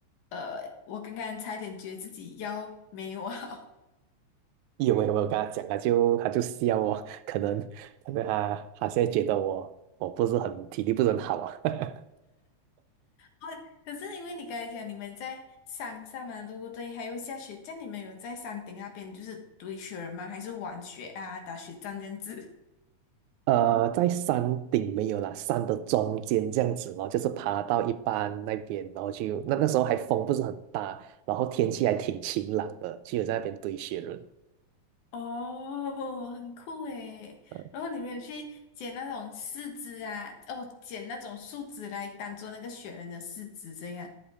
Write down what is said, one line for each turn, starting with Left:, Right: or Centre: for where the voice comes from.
Left: 呃，我刚刚差一点觉得自己腰没有啊？<laughs>
Right: 有没有没有跟他讲他就他就笑我，可能可能他他现在觉得我我不是很体力不是很好啊。<laughs>
Left: 哦，可是因为你刚才讲你们在山上嘛，对不对？还有下雪，这样你们有在山顶那边就是堆雪人吗？还是玩雪啊、打雪仗这样子？
Right: 呃，在山顶没有啦，山的中间这样子咯，就是爬到一半那边，然后就那那时候还风不是很大，然后天气还挺晴朗的，就有在那边堆雪人。
Left: <laughs> 哦，很酷诶。
Right: 呃
Left: 然后你们有去捡那种柿子啊，哦，捡那种树枝来当做那个雪人的柿子这样。